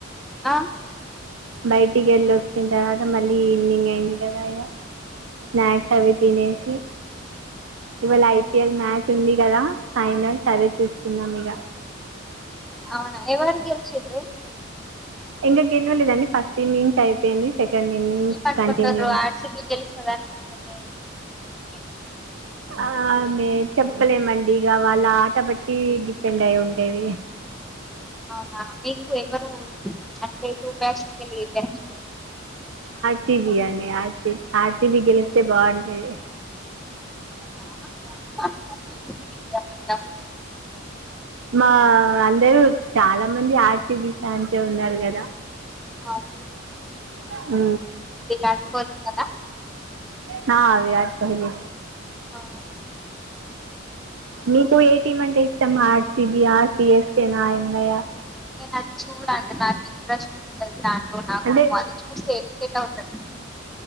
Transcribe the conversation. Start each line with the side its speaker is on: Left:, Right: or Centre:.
Centre: ఆ
Right: బయటికి ఎళ్ళి ఒచ్చిన తర్వాత మళ్ళీ ఈవినింగ్ అయింది కద ఇగ స్నాక్స్ అవి తినేసి ఇవాళ ఐ. పీ ఎల్ మ్యాచ్ ఉంది కద ఫైనల్స్ అదే చూస్తున్నాం ఇగ
Centre: అవున ఎవరు గెలిషిండ్రు
Right: ఇంక గెలవలేదండి ఫస్ట్ ఇన్నింగ్స్ అయిపోయింది సెకండ్ ఇన్నింగ్స్
Centre: ఆస్ట్రేలియా
Right: కంటిన్యూ
Centre: గెలుస్తదా ఇండియా <unintelligible>
Right: ఆ మే చెప్పలేమండి ఇగ వాళ్ళ ఆట బట్టి డిపెండ్ అయి ఉంటది హ్
Centre: అవునా మీకు ఎవరు అయితే చలి బ
Right: సిబియాని ఆశీ ఆస్ట్రేలియా గెలిస్తే బాగుంటుంది
Centre: అవునా మొత్త
Right: ఆ అందరూ చాలా మంది ఆర్ సి బి ఫాన్సే ఉన్నారు కదా
Centre: అవును
Right: ఉ
Centre: విరాట్ కోహ్లీ కదా
Right: హా విరాట్ కోహ్లీ
Centre: అవును
Right: మీకు ఏ టీం అంటే ఇష్టం ఆర్సిబి ఆ సిఎస్కె నా ఎంఐ ఆ
Centre: నేను అది చూడండి నాకు ఇంట్రెస్ట్ ఉండదు దాంట్లో నాకు
Right: అంటే
Centre: వాళ్ళు చూస్తే ఇరిటేట్ అవుతది